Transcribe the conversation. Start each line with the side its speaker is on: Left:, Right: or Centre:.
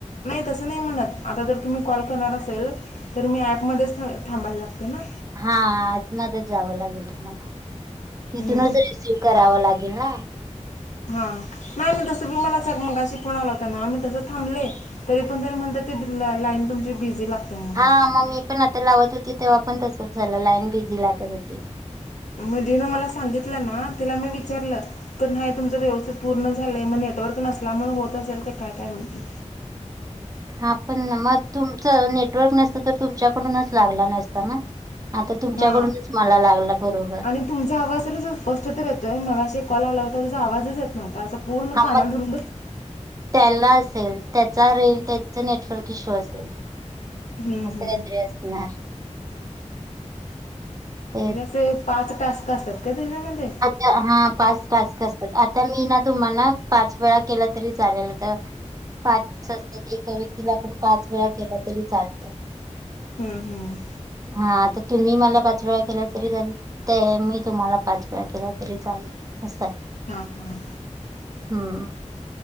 Left: नाही तसं नाही म्हणत आता जर तुम्ही कॉल करणार असेल तर मी ऍपमध्येध्ये थांबायला लागते ना
Right: हा आत माधेच जावं लागेल मला तिथूनच
Left: हम्म, हम्म.
Right: रेसिव करावं लागेल ना
Left: हा नाही मी तसं बी मला सग मगाशी फोन आला होता ना तसं थांबले तरी पण तरी म्हणतात ती लाईन तुमची बिझी लागते म्हणून
Right: हा मग मी पण आता लावत होती तेव्हा पण तसच झालं लाईन बिझी लागत होती
Left: मजेन मला सांगितलं ना तिला मी विचारलं तर नाही तुमचं व्यवस्थित पूर्ण झालंय मग नेटवर्क नसलामुळे होत असेल का काय काय माहि
Right: हा पण मग तुमचं नेटवर्क नसतं तर तुमच्याकडूनच लागला नसता ना आता तुमच्याकडूनच
Left: हां
Right: मला लागला बरोबर
Left: आणि तुमचा आवाज तर असा स्पष्ट तर येतोय मगाशी एक कॉल आला होता त्याजा आवाजच येत नव्हता असं पूर्ण
Right: हा
Left: कानाले
Right: मग
Left: धरुन बसली
Right: त्याला असेल त्याचा रें त्याचा नेटवर्क इश्यू असेल
Left: हम्म
Right: असं
Left: हम्म
Right: काहीतरी असणार तेच
Left: म्हणजे असे पाच टास्क असतात का त्याच्यामध्ये
Right: हा पाच टास्क असतात आता मी ना तुम्हाला पाच वेळा केला तरी चालेल तर पाच असतात एका व्यक्तीला आपण पाच वेळा केला तरी चालतो
Left: हम्म हम्
Right: हा आता तुम्ही मला पाच वेळा केला तरी झाल ते मी तुम्हाला पाच केला तरी चालेल असय
Left: हा हम
Right: हम्